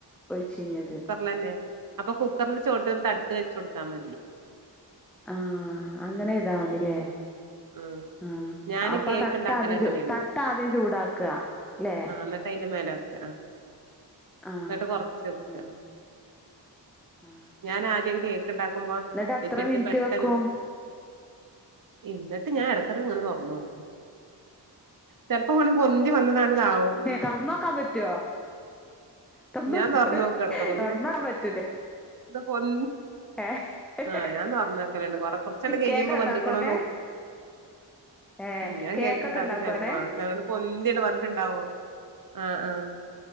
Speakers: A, in the centre; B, on the right (about 50°).
A: ഒഴിച്ചീഞത്
B: ളെന്നെ അപ്പൊ കുക്കർന്റെ ചോട്ടിൽ ഒരു തട്ട് വെച്ച് കൊടുത്താൽ മതി
A: ആഹ് അങ്ങനെ ചെയ്താ മതില്ലേ
B: ആ
A: ആഹ്
B: ഞാന്
A: അപ്പൊ
B: കേക്ക്
A: തട്ടാദ്യം
B: ഉണ്ടാക്കല് അങ്ങനെയാണ്
A: ചു തട്ടാദ്യം ചൂടാക്ക ല്ലേ
B: ആഹ് ന്നട്ട് അയിന്റെ മേലെ വെക്ക ആഹ്
A: ആഹ്
B: ന്നട്ട് കൊറച്ച് വെക്കുക
A: ആഹ് ആഹ്
B: ഞാനാദ്യം കേക്ക് ഇണ്ടാക്കുമ്പോ
A: എന്നിട്ട് എത്ര
B: വെച്ചിട്ട്
A: മിനിറ്റ്
B: പെട്ടെന്ന്
A: വെക്കും
B: ഇന്നട്ട് ഞാൻ ഇടക്കടക്ക് ഇങ്ങനെ തൊറന്ന് നോക്കും ചെൽപ്പോ ങ്ങനെ പൊന്തി വന്നതാണ്ട് താവും
A: തുറന്നോക്കാൻ പറ്റുവോ തുറന്നോ
B: ഞാൻ തൊറന്നോക്കും ഇടക്കൊക്കെ പിന്നെ
A: തുറന്നോക്കാൻ പറ്റൂലേ
B: ത് പൊൻ
A: ഏഹ്
B: ആഹ് ഞാൻ തൊറന്ന് നോക്കലന്നെ കൊറ കൊറച്ചാണ്ട് കയുമ്പോ
A: കേക്ക് ഉണ്ടാക്കോ
B: വെന്ത്ക്ക്ണോ
A: ഒക്കെ
B: നോ
A: ഏ
B: ഉം ഞാൻ
A: കേക്കൊക്കെ
B: കേക്ക്ണ്ടാക്കും
A: ഉണ്ടാക്കോ
B: ചെൽപ്പോ
A: അങ്ങനെ
B: അങൊട്ട് പൊന്തി ആണ്ട് വന്നിട്ടുണ്ടാവും ആഹ് ആഹ്